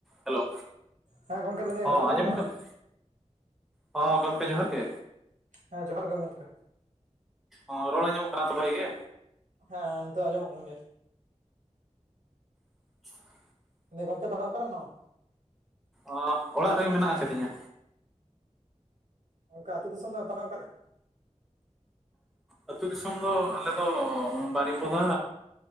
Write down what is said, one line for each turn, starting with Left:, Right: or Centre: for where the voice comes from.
Centre: ᱦᱮᱞᱳ
Right: ᱦᱮᱸ ᱜᱚᱝᱠᱮ ᱞᱟᱹᱭᱫᱟᱹᱧ
Centre: ᱦᱚᱸ
Right: ᱨᱚᱲ ᱟᱸᱡᱚᱢᱚᱜ
Centre: ᱟᱸᱡᱚᱢ ᱠᱟᱱᱟ ᱦᱚᱸ ᱜᱚᱢᱠᱮ ᱡᱚᱦᱟᱨ ᱜᱮ
Right: ᱦᱮᱸ ᱡᱚᱦᱟᱨ ᱜᱮ ᱜᱚᱢᱠᱮ
Centre: ᱚ ᱨᱚᱲᱮ ᱟᱡᱚᱢᱚᱜ ᱠᱟᱱ ᱛᱚ ᱵᱷᱟᱜᱮ ᱜᱮ
Right: ᱦᱮᱸ ᱱᱤᱛᱚᱜ ᱟᱸᱡᱚᱢᱚᱜ ᱠᱟᱱ ᱜᱮᱭᱟ᱾
Centre: <inaudible>
Right: ᱜᱚᱢᱠᱮ ᱛᱟᱦᱚᱞᱮ ᱚᱠᱟᱨᱮ ᱢᱮᱱᱟᱢᱟ
Centre: ᱚ ᱚᱲᱟᱜ ᱨᱮᱜᱮ ᱢᱮᱱᱟᱜ ᱟᱠᱟᱫᱤᱧᱟ
Right: ᱜᱚᱢᱠᱮ ᱟᱹᱛᱩ ᱫᱤᱥᱚᱢ ᱫᱚ ᱛᱟᱦᱚᱞᱮ ᱚᱠᱟᱨᱮ?
Centre: ᱟᱹᱛᱩ ᱫᱤᱥᱚᱢ ᱫᱚ ᱟᱞᱮ ᱫᱚ ᱵᱟᱨᱤᱯᱚᱫᱟ᱾